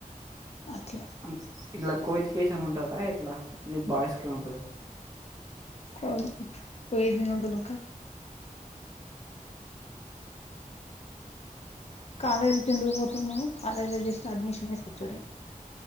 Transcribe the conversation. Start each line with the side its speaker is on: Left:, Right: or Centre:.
Left: అట్లా
Right: అ ఇట్లా కో ఎడ్యూకేషన్ ఉంటదా ఎట్లా ఓన్లీ బాయ్స్కే ఉంటదా
Left: కొ పోయినుదనకా కాలేజీ కెందుకు పోతున్నవు కాలేజ్ లో జస్ట్ అడ్మిషన్ జేసోచ్చుడే